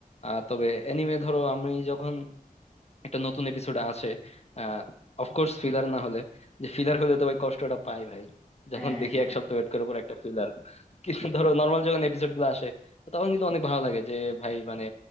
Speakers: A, on the left; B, in the centre.
A: আহ, তবে এনিমে ধরো আমি যখন একটা নতুন এপিসোড আছে আহ অফকোর্স ফিলার না হলে যে ফিলার হলে তো ভাই কষ্টটা পাই ভাই যখন
B: হ্যাঁ
A: দেখি
B: হ্যাঁ
A: এক
B: হ্যাঁ
A: সপ্তাহ ওয়েট করার পর একটা ফিলার কিন্তু ধরো নর্মাল যখন এপিসোড গুলো আসে তখন কিন্তু অনেক ভালো লাগে যে ভাই মানে